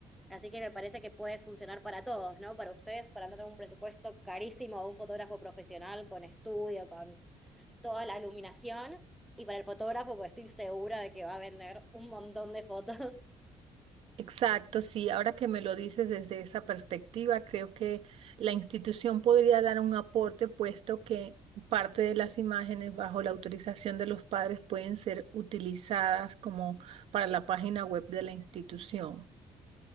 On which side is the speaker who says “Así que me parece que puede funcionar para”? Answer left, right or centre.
Centre